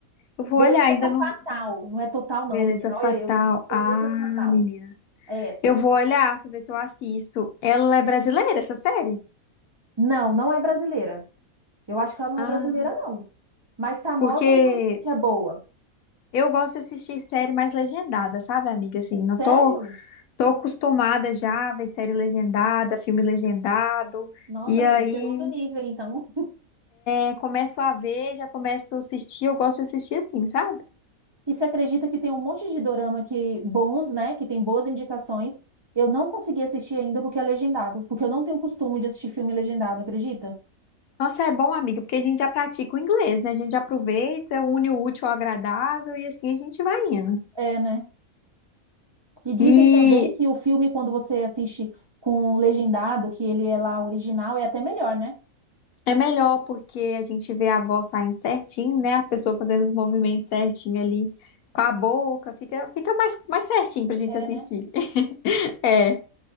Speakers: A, on the left (about 75°); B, on the right (about 45°).
A: Eu vou
B: beleza
A: olhar, ainda não.
B: fatal. Não é total, não,
A: Beleza
B: menina.
A: Fatal.
B: Olha eu. Beleza
A: Ah,
B: fatal.
A: menina.
B: É essa.
A: Eu vou olhar pra ver se eu assisto. Ela é brasileira, essa série?
B: Não, não é brasileira. Eu acho que ela não
A: Ah,
B: é brasileira, não. Mas famosa
A: porque
B: que é boa.
A: eu gosto de assistir série mais legendada, sabe, amiga? Assim, não
B: Sério?
A: tô, tô acostumada já a ver série legendada, filme legendado.
B: Nossa,
A: E
B: amiga,
A: aí.
B: você é outro nível, então.
A: Aí começo a ver, já começo a assistir, eu gosto de assistir assim, sabe?
B: E se acredita que tem um monte de dorama que bons, né? Que tem boas indicações. Eu não consegui assistir ainda porque é legendado, porque eu não tenho costume de assistir filme legendado, acredita?
A: Nossa, é bom, amiga, porque a gente já pratica o inglês, né? A gente já aproveita, une o útil ao agradável e assim a gente vai indo.
B: É, né? E dizem
A: E
B: também que o filme, quando você assiste com legendado, que ele é lá original, é até melhor, né?
A: é melhor porque a gente vê a voz saindo certinho, né? A pessoa fazendo os movimentos certinho ali com a boca, fica, fica mais, mais certinho pra gente
B: É,
A: assistir.
B: né?
A: <laughs> É.